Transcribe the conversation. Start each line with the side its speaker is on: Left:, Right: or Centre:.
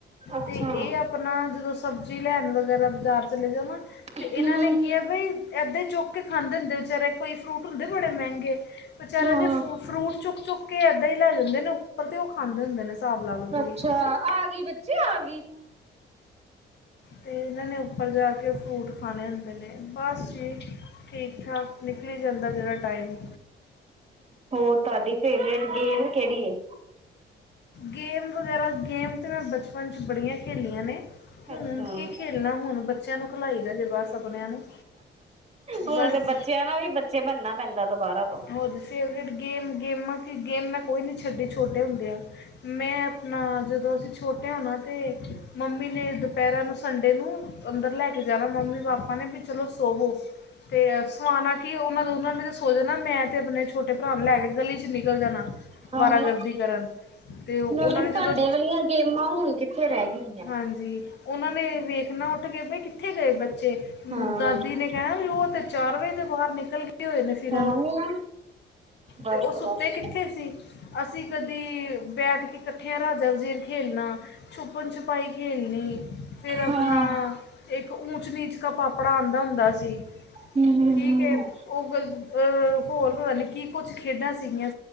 Right: ਅੱਛਾ
Left: ਤੇ ਇਹ ਆਪ ਅਪਨਾ ਜਦੋਂ ਸਬਜ਼ੀ ਲੈਣ ਵਗੈਰਾ ਬਜ਼ਾਰ ਚਲ ਜਾਓ ਨਾ, ਤਾਂ ਇਹਨਾਂ
Right: ਹੂੰ
Left: ਨੇ ਕੀ ਹੈ ਬਈ ਇਹਦਾਂ ਈ ਚੁੱਕਕੇ ਖਾਂਦੇ ਹੁੰਦੇ ਨੇ, ਵਿਚਾਰੇ ਕੋਈ ਫਰੂਟ ਹੁੰਦੇ ਬੜੇ ਮਹਿੰਗੇ। ਵਿਚਾਰਿਆਂ
Right: ਹਾਂ
Left: ਦੇ ਫ, ਫਰੂਟ ਚੁੱਕ-ਚੁੱਕ ਕੇ ਏਦਾਂ ਹੀ ਲੈ ਜਾਂਦੇ ਨੇ ਉੱਪਰ, ਤੇ ਉਹ ਖਾਂਦੇ ਹੁੰਦੇ ਨੇ। ਹਿਸਾਬ ਲਾ ਲਓ ਤੁਸੀਂ
Right: ਅੱਛਾ! ਆਗੀ ਬੱਚੇ ਆਗੀ।
Left: ਤੇ ਇਹਨਾਂ ਨੇ ਉੱਪਰ ਜਾ ਕੇ ਫਰੂਟ ਖਾਣੇ ਹੁੰਦੇ ਨੇ ਬਸ ਜੀ। ਠੀਕ ਠਾਕ ਨਿਕਲੀ ਜਾਂਦਾ ਜਿਹੜਾ ਟਾਈਮ।
Right: ਹੋਰ ਤੁਹਾਡੀ ਫੇਵਰੇਟ ਗੇਮ ਕਿਹੜੀ ਏ।
Left: ਗੇਮ ਵਗੈਰਾ ਗੇਮ ਤੇ ਮੈਂ ਬਚਪਨ ਚ ਬੜੀਆ ਖੋਲਿਆ ਨੇ ਹੁਣ
Right: ਅੱਛਾ
Left: ਕੀ ਖੇਡ ਨਾ ਹੁਣ ਬੱਚਿਆਂ ਨੂੰ ਖਿਲਾਈ ਦਾ ਜੇ ਬਸ। ਆਪਣਿਆਂ ਨੂੰ
Right: ਹੁਣ
Left: ਬਸ
Right: ਤੇ ਬੱਚਿਆਂ ਨਾਲ ਵੀ ਬੱਚੇ ਬਣਨਾ ਪੈਂਦਾ ਦੁਬਾਰਾ ਤੋਂ।
Left: ਹੋਰ ਫੇਵਰੇਟ ਗੇਮ ਗੇਮਾਂ ਕਿ ਗੇਮ ਮੈਂ ਕੋਈ ਨਹੀਂ ਛੱਡੀ ਛੋਟੇ ਹੁੰਦਿਆ। ਮੈਂ ਆਪਣਾ ਜਦੋਂ ਅਸੀਂ ਛੋਟੇ ਹਣਾ ਤਾਂ ਮੰਮੀ ਨੇ ਦੁਪਹਿਰਾਂ ਨੂੰ ਸੰਡੇ ਨੂੰ ਅੰਦਰ ਲੈ ਕੇ ਜਾਣਾ ਮੰਮੀ ਪਾਪਾ ਨੇ ਵੀ ਚਲੋ ਸੋਵੋ। ਅਤੇ ਸਮਉਣਾ ਕਿ ਉਹਨਾਂ ਦੋਨਾ ਨੇ ਤੇ ਸੋ ਜਾਣਾ ਮੈਂ ਤੇ ਆਪਣੇ ਛੋਟੇ ਭਰਾ ਨੂੰ ਲੈ ਕੇ ਗਲੀ ਚ ਨਿਕਲ ਜਾਣਾ।
Right: ਹਣ
Left: ਅਵਾਰਾਗਰਦੀ
Right: ਮ
Left: ਕਰਨ ਅਤੇ ਉਹਨਾਂ
Right: ਨਾਲੇ
Left: ਨੇ
Right: ਸਾਡੇ
Left: ਜਦੋਂ
Right: ਵਾਲੀਆ ਗੇਮਾ ਹੁਣ ਕਿੱਥੇ ਰਹਿ ਗਈਆ।
Left: ਹਾਂਜੀ ਉਹਨਾਂ ਨੇ ਵੇਖਣਾ ਉੱਠ ਕੇ ਬਈ ਕਿੱਥੇ ਗਏ ਬੱਚੇ
Right: ਹਾਂ
Left: ਦਾਦੀ ਨੇ ਕਹਿਣਾ ਵੀ ਉਹ ਤੇ ਚਾਰ ਵਜੇ ਦੇ ਬਾਰ ਨਿਕਲ ਗਏ ਹੋਏ ਨੇ। ਫਿਰਨ
Right: ਹੋਰ ਨਹੀ ਨਾ ਬਸ-ਬਸ।
Left: ਤੇ ਉਹ ਸੁੱਤੇ ਕਿੱਥੇ ਸੀ ਅਸੀਂ ਕਦੀ ਬੈਠ ਕੇ ਕੱਠੀਆਂ ਰਾਜਾ ਵਜ਼ੀਰ ਖੇਲਣਾ। ਛੁਪਨ-ਛੁਪਾਈ ਖੇਡਣੀ। ਫਿਰ ਆਪਣਾ
Right: ਹਾਂ
Left: ਇੱਕ ਊਚ ਨੀਚ ਕਾ ਪਾਪੜਾ ਆਂਦਾ ਹੁੰਦਾ ਸੀ
Right: ਹੂੰ ਹੂੰ
Left: ਠੀਕ ਏ
Right: ਹੂੰ
Left: ਉਹ ਗ ਅਹ ਹੋਰ ਪਤਾ ਨੀ ਕੀ ਕੁੱਛ ਖੇਡਾਂ ਸੀਗੀਆ।